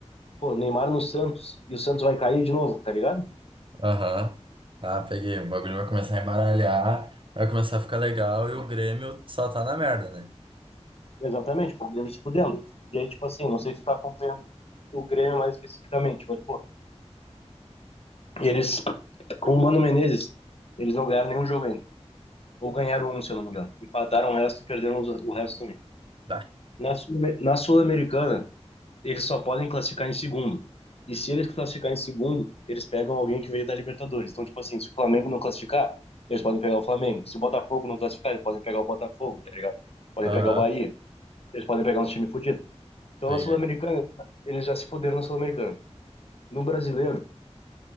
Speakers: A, on the left; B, on the right.
A: pô, Neymar no Santos, e o Santos vai cair de novo, tá ligado?
B: aham. Tá, peguei. O bagulho vai começar a embaralhar, vai começar a ficar legal e o Grêmio só tá na merda, né?
A: Exatamente, pô, o Grêmio se fudendo. E aí, tipo assim, não sei se tu tá acompanhando o Grêmio mais especificamente, mas, pô, E eles, com o Mano Menezes, eles não ganharam nenhum jogo ainda. Ou ganharam um, se eu não me engano. Empataram o resto e perderam os- o resto também.
B: Tá.
A: Na Sul- na Sul-Americana, eles só podem classificar em segundo. E se eles classificar em segundo, eles pegam alguém que veio da Libertadores. Então, tipo assim, se o Flamengo não classificar, eles podem pegar o Flamengo. Se o Botafogo não classificar, eles podem pegar o Botafogo, tá ligado? Podem
B: Aham,
A: pegar o Bahia. Eles podem pegar uns times fodidos. Então,
B: peguei.
A: na Sul-Americana, eles já se fuderam na Sul-Americana. No brasileiro,